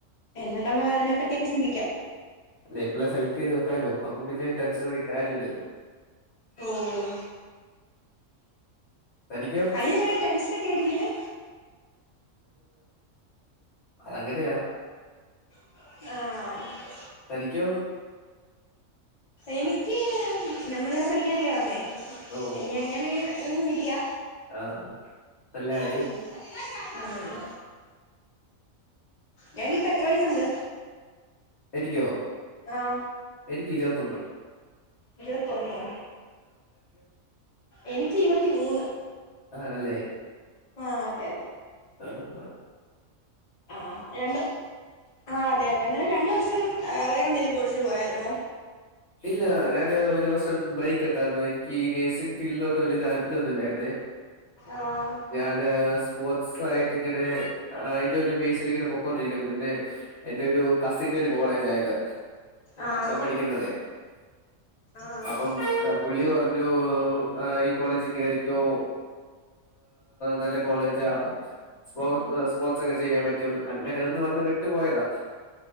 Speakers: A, on the left; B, on the left.
A: എന്നിട്ട് നമ്മക്ക് അതിനെപ്പറ്റിയൊക്കെ ചിന്തിക്കാം
B: അല്ല ഇപ്പളേ സെലക്ട് ചെയ്ത് വെക്കാലോ അപ്പം പിന്നെ ടെൻഷനടിക്കണ്ട കാര്യമില്ലല്ലോ
A: ഓ
B: തനിക്കോ?
A: അയിനെന്തിനാ ടെൻഷനൊക്കെ അടിക്കുന്നേ
B: അത് അങ്ങനെയാ
A: ആ
B: തനിക്കോ?
A: എനിക്ക് നമ്മളിവിടെ പഠിക്കാനല്ലേ വന്നേ
B: ഓഹ്
A: എനിക്ക് അങ്ങനെ അങ്ങനൊന്നുമില്യാ
B: ആഹ് നല്ല കാര്യം
A: ഉം ഉം ഞാനിപ്പോ എത്ര വയസുണ്ട്?
B: എനിക്കോ?
A: ആഹ്
B: എനിക്ക് ഇരിപത്തൊന്ന്‌
A: ഇരുപത്തൊന്നോ? എനിക്ക് ഇരുപത്തി മൂന്ന്
B: ആണല്ലേ?
A: ആ അതെ അതെ
B: ആ ആ
A: ആ രണ്ട് ആ അതെ അതെ അന്നേരം രണ്ട് വർഷം വേറെന്തേലും കോഴ്സ് എടുത്ത് പോയാരുന്നോ?
B: ഇല്ല ഞാന് ഒരു വർഷം ബ്രേക്ക് എടുത്തായിരുന്നു എനിക്ക് ഈ നേഴ്സിംഗ് ഫീൽഡിലോട്ട് വല്ല്യ താല്പര്യം ഒന്നുമില്ലായിരുന്നേ
A: ആഹ്
B: ഞാന് സ് സ്പോർട്സ് ആയിട്ട് ഇങ്ങനെ അയ്ന്റെ ഒരു ബേസിൽ ഇങ്ങനെ പൊക്കൊണ്ടിരിക്കുവായിരുന്നു പിന്നെ എന്റെ ഒരു കസിന്റെ ഒരു കോളേജ് ആ ഇത്
A: ആഹ്
B: ഞാൻ പഠിക്കുന്നതേ
A: ആഹ്
B: അപ്പം പുള്ളി പറഞ്ഞു ഈ കോളേജ് കേറി ക്കോ നല്ല ഏ കോളേജാ സ്പോ സ്പോർട്സ് ഒക്കെ ചെയ്യാൻ പറ്റും അങ്ങനെയന്നുംപറഞ്ഞു വിട്ടുപോയതാ